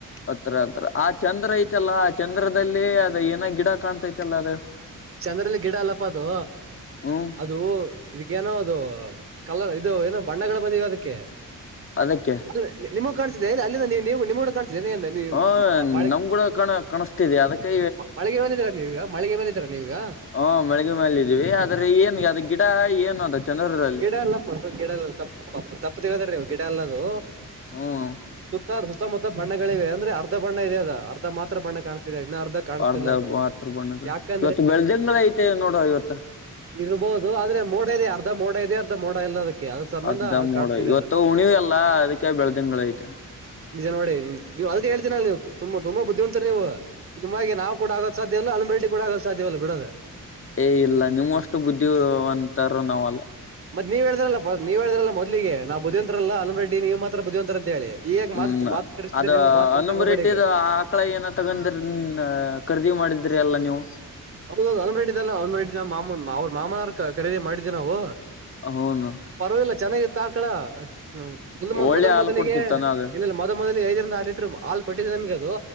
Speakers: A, on the left; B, on the right.
A: ಹತ್ರ ಹತ್ರ ಆ ಚಂದ್ರ ಐತಲ್ಲ ಆ ಚಂದ್ರದಲ್ಲಿ ಅದ ಏನ ಗಿಡ ಕಾಣ್ತೈತಲ್ಲ ಅದ
B: ಚಂದ್ರಲ್ಲಿ ಗಿಡ ಅಲ್ಲಪ್ಪ ಅದು
A: ಹ್ಮ್
B: ಅದು ಇದಕ್ಕೆೇಏನೋ ಅದು ಕಲರ್ ಇದು ಏನೋ ಬಣ್ಣಗಳು ಬಂದಿವ ಅದಕ್ಕೆ
A: ಅದಕ್ಕೆ
B: ಅ ನಿಮಗ್ ಕಾಣಿಸಿದೆ ಅಲ್ಲಿ ನೀವು ನಿಮ್ಮ ಕಾಣ ಜನ ಅಲ್ಲ ನೀವು
A: ಹ
B: ಮಳೆ
A: ನಮ್ ಕೂಡ ಕಣ ಕಾಣಿಸ್ತಿದೆ ಅದಕ್ಕೆ
B: ಮಳೆಗೆ ಬಂದಿದ್ದೀರಾ ನೀವೀಗ ಮಳಿಗೆ ಬಂದಿದ್ದೀರ ನೀವಗ.
A: ಹಾ ಬೆಳಗ್ ಮೇಲೆ ಇದೀವಿ ಆದ್ರೆ ಏನ್ ಅದ ಗಿಡ ಏನು ಅದ ಚಂದೂದಲ್ಲಿ.
B: ಗಿಡ ಅಲ್ಲಪ್ಪ ಅದು ಗಿಡ ತಪ್ಪು ತಿಳದ್ರೀವು ಗಿಡ ಅಲ್ಲದು.
A: ಹ್ಮ್
B: ಸುತ್ತಮುತ್ತ ಬಣ್ಣಗಳಿವ ಅಂದ್ರೆ ಅರ್ಧ ಬಣ್ಣ ಇದೆ ಅದ ಅರ್ಧ ಮಾತ್ರ ಬಣ್ಣ ಕಾಣಿಸ್ತಿದೆ. ಇನಾರ್ಧ ಕಾಣಿಸ್ತಿಲ್ಲ
A: ಅರ್ಧ
B: ಅದು
A: ಮಾತ್ರ ಬಣ್ಣದ
B: ಯಾಕ. ಅ
A: ಇವತ್ತು ಬೆಳ್ದಂಗಳ ಐತೆ ನೋಡ ಇವತ್ತ
B: ಇರಬಹುದು. ಮೋಡ ಇದೆ ಅರ್ಧ ಮೋಡ ಇದೆ ಅರ್ಧ ಮೋಡ ಇಲ್ಲದಕ್ಕೆ. ಅದ ಸಂಬಂಧ
A: ಅರ್ಧ ಮೋಡ
B: ಕಾಡ್ತದೆ
A: ಇವತ್ತು
B: ಅದ
A: ಉಣಿವ ಅಲ್ಲ ಅದಕ್ಕೆ ಬೆಳ್ದಂಗಳ ಐತೆ
B: ನಿಜ ನೋಡಿ. ನೀವು ಅದಕ್ಕೆ ಹೇಳ್ತೀ ನೀವು ತುಂಬ ತುಂಬ ಬುದ್ಧಿವಂತರ್ ನೀವು ನಿಮ್ಮ ಹಾಗೆ ಕೂಡ ನಾವ ಆಗೋಕ್ ಸಾಧ್ಯಲ್ಲ ಅನುರೆಡ್ ಕೂಡಗ. ಸಾಧ್ಯವಿಲ್ಲ ಬಿಡದ.
A: ಏ ಇಲ್ಲ ನಿಮ್ಮ ಅಷ್ಟು ಬುದ್ಧಿವಂತರು ನಾವಲ್ಲ.
B: ಮತ್ತ ನೀವ್ ಹೇಳಿದ್ರಲ್ಲ ನೀವ ಹೇಳಿದ್ರಲ್ಲ ಮೊದಲೀಗೆ ನಾವು ಬುದ್ಧಿವಂತರ ಅನು ರಡ್ಡಿ ನೀವು ಮಾತ್ರ ಬುದ್ಧಿವಂತ ಅಂತ ಹೇಳಿ. ಈಗ
A: ಹ್ಮ್
B: ಮಾತ್ ಮಾತ್ ತಿರ್ಸಿದ್ರೆ
A: ಅದ
B: ನೀವು ಮಾತ್ ತಿರ್ಸಕ್
A: ಹನುಮ
B: ಹೋಗ್ಬೇಡಿ
A: ರೆಡ್ಡಿ
B: ಈಗ
A: ಆ ಆಕಳ ಏನ ತಗೊಂಡರ್ ಖರೀದಿ ಮಾಡ. ಮಾಡಿದ್ರಿ ಎಲ್ಲ ನೀವು.
B: ಅದು ಹನಮರೆಡ್ಡಿದ ಅಲ್ಲಾ ಅನು ರೆಡ್ ಮಾಮನ್ ಅವ್ರ ಮಾಮನ ಖರೀದಿ ಮಾಡಿದ್ದ್ವಿ ನಾವು.
A: ಹೌನು
B: ಪರವಾಗಿಲ್ಲ ಚೆನ್ನಾಗಿತ್ತ ಆಕಳ. ಹ್ಮ
A: ಒಳ್ಳೆ
B: ಮೊದ
A: ಹಾಲು
B: ಮೊದಲಿಗೆ
A: ಕೊಡ್ತಿತ್ತಾನ ಅದು
B: ಇ ಮೊದ ಮೊದಲಿಗೆ ಐದರಿಂದ ಆರು ಲೀಟರ್ ಹಾಲ್ ಕೊಟ್ಟಿದ್ದಿದೆ ನಮಗೆ.